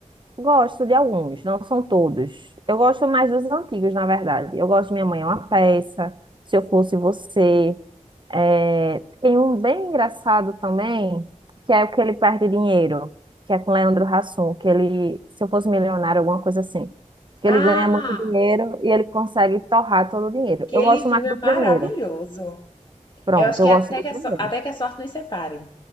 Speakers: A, on the right (about 35°); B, on the left (about 35°).
A: gosto de alguns, não são todos. Eu gosto mais dos antigos, na verdade. Eu gosto de Minha Mãe é uma Peça, Se Eu Fosse Você. É, tem um bem engraçado também, que é o que ele perde dinheiro, que é com Leandro Hassum, que ele, se eu fosse milionário, alguma coisa assim, que
B: Ah!
A: ele ganha muito dinheiro e ele consegue torrar todo o dinheiro.
B: Aquele
A: Eu gosto
B: filme
A: mais
B: é
A: do
B: maravilhoso.
A: primeiro. Pronto,
B: Eu acho que
A: eu
B: é
A: gosto
B: até
A: do
B: que
A: primeiro.
B: a, so- até que a sorte nos separe.